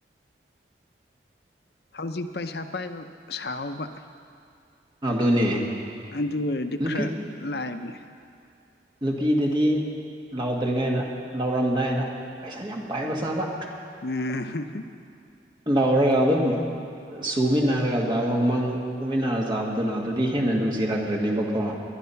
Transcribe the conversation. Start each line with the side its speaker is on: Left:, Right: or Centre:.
Left: ꯍꯧꯖꯤꯛ ꯄꯩꯁꯥ ꯄꯥꯏꯕ ꯁꯥꯍꯧꯕ
Right: ꯑꯗꯨꯅꯦ꯫
Left: ꯑꯗꯨ ꯑꯣꯏꯔꯗꯤ
Right: ꯅꯨꯄꯤ
Left: ꯈꯔ ꯂꯥꯏꯕꯅꯦ꯫
Right: ꯅꯨꯄꯤꯗꯗꯤ ꯂꯥꯎꯗ꯭ꯔꯤꯉꯩꯗ ꯂꯥꯎꯔꯝꯗꯥꯏꯗ ꯄꯩꯁꯥ ꯌꯥꯝ ꯄꯥꯏꯕ ꯁꯥꯕ
Left: ꯎꯝ ꯍꯨꯝ
Right: ꯂꯎꯔꯒ ꯑꯗꯨꯝ ꯁꯨꯃꯤꯟꯅꯔꯒꯗ ꯍꯧꯃꯥꯡ ꯎꯃꯤꯅꯥꯔ ꯆꯥꯕꯗꯨꯅ ꯑꯗꯨꯗꯤ ꯍꯦꯟꯅ ꯅꯨꯡꯁꯤꯔꯛꯈ꯭ꯔꯅꯦꯕꯀꯣ꯫